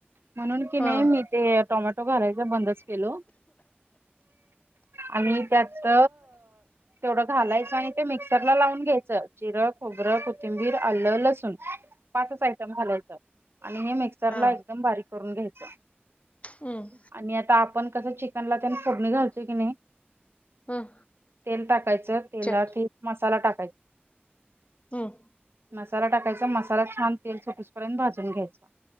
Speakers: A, on the right; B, on the left.
A: म्हणून की नाही,
B: हा
A: मी ते टोमॅटो घालायच बंदच केल. आणि त्यात तेवढं घालायचं. आणि ते मिक्सरला लावून घ्यायचं, जिर खोबरं, कोथिंबीर, आलं, लसूण पाचच आयटम घालायचं. आणि हे मिक्सर
B: हा
A: ला एकदम बारीक करून घ्यायच.
B: हम्म
A: आणि आता आपण कसं चिकनला त्या फोडणी घालतोय की नाही.
B: हम्म
A: तेल टाकायचं तेलात
B: चट
A: मसाला टाकायचा.
B: हम्म.
A: मसाला टाकायचा. मसाला छान तेल सुटीसपर्यंत भाजून घ्यायचं.